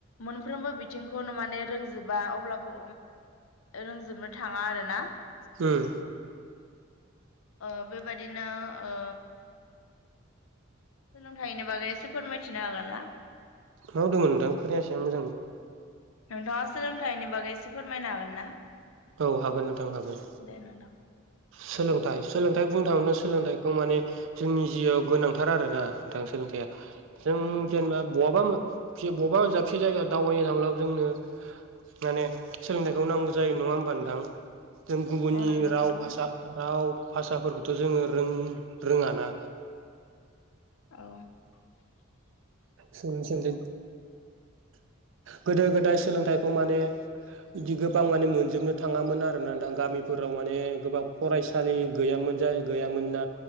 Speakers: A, on the left; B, on the right.
A: मोनफ्रोमबो बिथिंखौनो माने रोंजोबा अब्लाबो रोंजोबनो थाङा आरो ना।
B: उम।
A: ओ बेबादिनो ओ सोलोंथाइनि बागै एसे फोरमायथिनो हागोन ना
B: मोवदोङो नोंथां खोनायासै आं मोजाङै
A: नोंथाङा सोलोंथाइनि बागै एसे फोरमायनो हागोन ना
B: औ हागोन नोंथां हागोन।
A: दे नोंथां
B: सोलोंथाइ सोलोंथाइ बुंनो थाङोब्ला सोलोंथाइखौ माने जोंनि जिआव गोनांथार आरोना नोंथां सोलोंथाइया। जों
A: औ
B: जेनेबा। बहाबा मोनसे बहाबा दाबसे जायगायाव दावबायनो थांब्ला जोंनो माने सोलोंथाइखौ नांगौ जायो नङा होम होनबा नोथां जों गुबुननि
A: औ नंगौ
B: राव
A: नोंथां
B: भाषा राव भाषाफोरखौथ' जोङो रों रोङाना
A: औ
B: ससोंदों गोदो गोदाय सोलोंथाइखौ माने बिदि गोबां माने मोनजोबनो थाङामोन आरोना नोंथां गामिफोराव माने गोबां फरायसालि गैयामोन बिफोनजाय गैयामोन ना